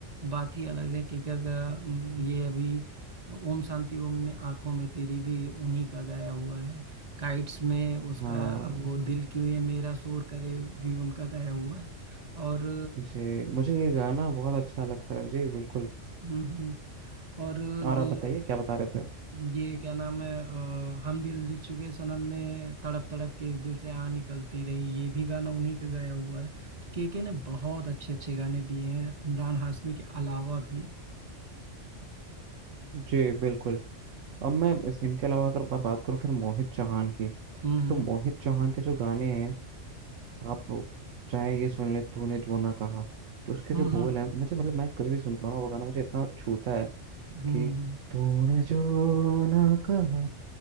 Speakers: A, on the right; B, on the right.
A: बात ही अलग है केके का हम्म, ये अभी ओम शांति ओम में आंखों में तेरी भी उन्हीं का गाया हुआ है काइट्स में उसका
B: हाँ
A: वो दिल क्यों ये मेरा शोर करे भी उनका गाया हुआ है और
B: जी मुझे ये गाना बहुत अच्छा लगता है जी बिल्कुल
A: हम्म हम्म। और
B: और
A: ये
B: आप बताइए क्या बता रहे थे
A: ये क्या नाम है अ, हम दिल दे चुके सनम में तड़प तड़प के इस दिल से आ निकलती रही ये भी गाना उन्हीं का गाया हुआ है तो केके ने बहुत अच्छे अच्छे गाने दिए हैं इमरान हाशमी के अलावा भी
B: जी बिल्कुल अब मैं इस, इनके अलावा अगर मैं बात करूँ फिर मोहित चौहान की
A: हम्म
B: तो मोहित चौहान के जो गाने हैं आप चाहे ये सुन ले तूने जो ना कहा जो उसके
A: हम्म
B: जो बोल
A: हम्म
B: हैं मुझे मतलब मैं कभी भी सुनता हूँ ना वो गाना मुझे इतना छूता है
A: हम्म
B: कि
A: हम्म।
B: तूने जो ना कहा